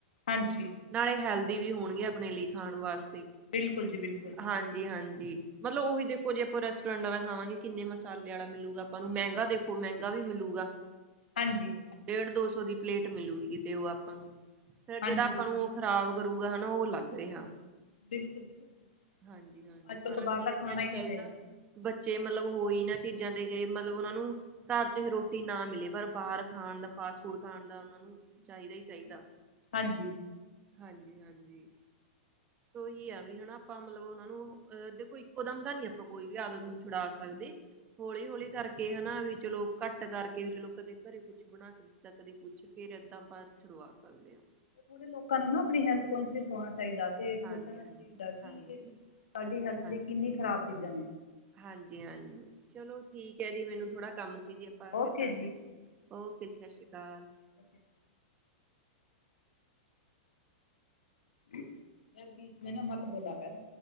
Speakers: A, on the left; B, on the right.
A: ਹਾਂਜੀ।
B: ਨਾਲੇ ਹੈਲਦੀ ਵੀ ਹੋਣਗੇ ਆਪਣੇ ਲਈ ਖਾਣ ਵਾਸਤੇ।
A: ਬਿਲਕੁਲ ਜੀ, ਬਿਲਕੁਲ।
B: ਹਾਂਜੀ-ਹਾਂਜੀ। ਮਤਲਬ ਉਹੀ ਦੇਖੋ, ਜੇ ਆਪਾ ਰੈਸਟੋਰੈਂਟਾਂ ਆਲਾ ਖਾਵਾਂਗੇ ਕਿੰਨੇ ਮਸਾਲੇ ਵਾਲਾ ਮਿਲੂਗਾ ਆਪਾ ਨੂੰ, ਮਹਿੰਗਾ ਦੇਖੋ ਮਹਿੰਗਾ ਵੀ ਮਿਲੂਗਾ। <inaudible>
A: ਹਾਂਜੀ।
B: ਡੇਢ, ਦੋ-ਸੌ ਦੀ ਪਲੇਟ ਮਿਲੂਗੀ, ਕੀਤੇ ਉਹ ਆਪਾਂ ਨੂੰ। ਫਿਰ
A: ਹਾਂਜੀ
B: ਜਿਹੜਾ ਆਪਾਂ
A: ਬਿਲਕੁਲ
B: ਨੂੰ ਉਹ ਖ਼ਰਾਬ ਕਰੂਗਾ ਹਨਾ, ਉਹ ਅਲੱਗ ਰਿਹਾ।
A: ਬਿਲਕੁਲ ਜੀ ਬਿਲਕੁਲ
B: ਹਾਂਜੀ-ਹਾਂਜੀ,
A: ਅੱਜ ਕੱਲ
B: ਪਰ
A: ਤੋਂ ਬਾਹਰ
B: ਕੀ
A: ਦਾ
B: ਕਰੀਏ
A: ਖਾਣਾ
B: ਅਜ-ਕਲ
A: ਹੀ ਨਹੀਂ ਚਾਹੀਦਾ
B: ਦਾ ਬੱਚੇ ਮਤਲਬ ਹੋਈ ਇਹਨਾਂ ਚੀਜ਼ਾਂ ਦੇ ਗਏ, ਮਤਲਬ ਉਹਨਾਂ ਨੂੰ ਘਰ ਚਾਹੇ ਰੋਟੀ ਨਾ ਮਿਲੇ, ਪਰ ਬਾਹਰ ਖਾਣ ਦਾ ਫਾਸਟ-ਫੂਡ ਖਾਣ ਦਾ ਉਹਨਾਂ ਨੂੰ, ਚਾਹੀਦਾ ਹੀ ਚਾਹੀਦਾ।
A: ਹਾਂਜੀ‌।
B: ਹਾਂਜੀ-ਹਾਂਜੀ। ਉਹੀ ਆ ਵੀ ਹਨਾ, ਆਪਾ ਮਤਲਬ ਉਹਨਾਂ ਨੂੰ ਅ ਦੇਖੋ, ਇੱਕੋਦਮ ਤਾ ਨੀ ਆਪਾ ਕੋਈ ਵੀ ਆਦਤ ਨੂੰ ਛੁਡਾ ਸਕਦੇ ਹੋਲੀ-ਹੋਲੀ ਕਰਕੇ ਹਨਾ ਵੀ ਚਲੋ ਘੱਟ ਕਰਕੇ ਵੀ, ਚਲੋ ਕਦੇ ਘਰੇ ਕੁਛ ਬਣਾਕੇ ਤਾ ਕਦੀ ਕੁੱਛ ਫਿਰ ਏਦਾਂ ਆਪਾ ਛੁਡਵਾ ਸਕਦੇ ਹਾਂ।
A: ਕੁਝ ਲੋਕਾਂ ਨੂੰ ਨਾ ਆਪਣੀ ਹੈਲਥ ਕੌਸ਼ੀਅਸ ਹੋਣਾ ਚਾਹੀਦਾ। ਤੇ
B: ਹਾਂਜੀ-ਹਾਂਜੀ,
A: ਸੋਚਣਾ ਚਾਹੀਦਾ ਕਿ,
B: ਹਾਂਜੀ, ਹਾਂਜੀ
A: ਸਾਡੀ ਹੈਲਥ
B: ਹਾਂ
A: ਲਈ ਕਿੰਨੀ ਖਰਾਬ ਚੀਜਾ ਨੇ।
B: ਹਾਂਜੀ-ਹਾਂਜੀ, ਚਲੋ ਠੀਕ ਹੈ ਜੀ, ਮੈਨੂੰ ਥੋੜਾ ਕੰਮ ਸੀ, ਜ ਬਸ
A: ਓਕੇ
B: ਇਹਦਾ ਕਰਦੇ ਆਂ, ਓਕੇ, ਸਤਿ ਸ਼੍ਰੀ ਅਕਾਲ।
A: ਸਤ ਸ਼੍ਰੀਕਾਲ ਯਾਰ, ਬੀਚ ਮੇਂ ਨਾ ਮਤ ਬੋਲਾ ਕਰ।